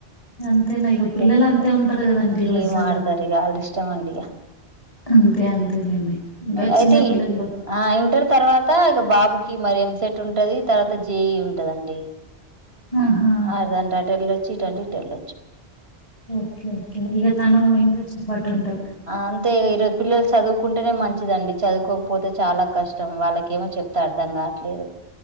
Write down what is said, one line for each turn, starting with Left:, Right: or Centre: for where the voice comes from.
Left: అంతేనా ఇక పిల్లలు
Right: ఎ
Left: అంతే ఉంటారు కదండి ఈ
Right: గేమ్
Left: రోజులలా
Right: ఆడతారు ఇక వాళ్ళ ఇష్టం అండి ఇక
Left: అంతే అంతేలేండి ఇంకా
Right: అయితే
Left: చిన్న పిల్లలు
Right: ఆ ఇంటర్ తర్వాత ఇక బాబు ఓకే మరి ఏం చేద్దాం ఉంటది తర్వాత జేయి ఉంటదండి
Left: ఆహా
Right: అదంటటలో వచ్చీటటోల్
Left: ఓకే ఓకే ఇక తను ఇంట్రెస్ట్ ని పట్టి ఉంటది
Right: అంతే ఈరోజు పిల్లలు చదువుకుంటేనే మంచిదండి. చదువుకోకపోతే చాలా కష్టం వాళ్ళకేమో చెప్తే అర్థం కావట్లేదు.